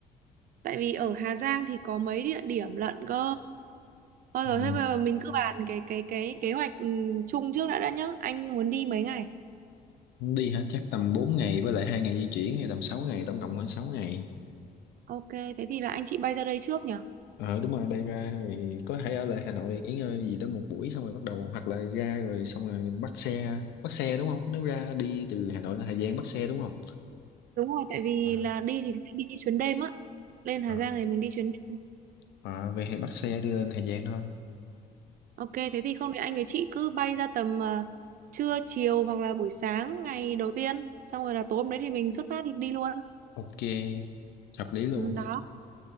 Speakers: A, on the right (about 55°); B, on the left (about 75°).
A: tại vì ở Hà Giang thì có mấy địa điểm lận cơ. Thôi
B: Ừ.
A: rồi thế bây giờ mình cứ bàn cái cái cái kế hoạch ừ, chung trước đã đã nhá. Anh muốn đi mấy ngày?
B: đi hả chắc tầm 4 ngày với lại hai ngày di chuyển hay tầm 6 ngày tổng cộng khoảng 6 ngày
A: Ok, thế thì là anh chị bay ra đây trước nhỉ?
B: ờ đúng rồi bay ra thì có thể ở lại Hà Nội nghỉ ngơi gì đó một buổi xong rồi bắt đầu hoặc là ra rồi xong rồi bắt xe bắt xe đúng không nếu ra đi từ Hà Nội lên Hà Giang bắt xe đúng không
A: Đúng rồi, tại vì
B: À,
A: là đi thì sẽ đi chuyến đêm á. Lên Hà
B: à.
A: Giang thì mình đi chuyến đêm.
B: Ờ, về thì bắt xe đi lên Hà Giang thôi
A: Ok, thế thì không thì anh với chị cứ bay ra tầm ờ, trưa chiều hoặc là buổi sáng ngày đầu tiên, xong rồi là tối hôm đấy thì mình xuất phát đi luôn.
B: ok hợp lý luôn
A: Ừ, đó,